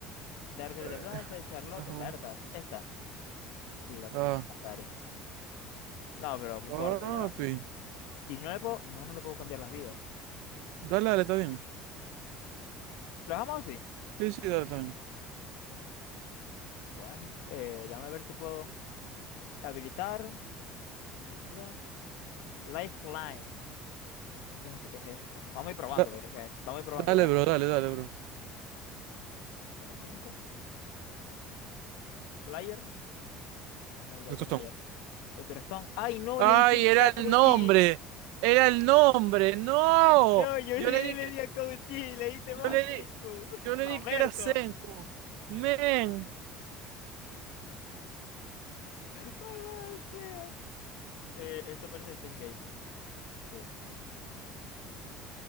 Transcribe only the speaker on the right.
A
cajón.
Ah,
papi.
Dale, dale, está bien.
Sí, sí, dale, está bien.
Da-
dale,
bro,
dale, dale, bro.
De Costón.
Ay,
era
el
nombre.
Era el nombre. No.
Yo
le di
que,
yo
le
di,
yo le
di que era Senko. Men.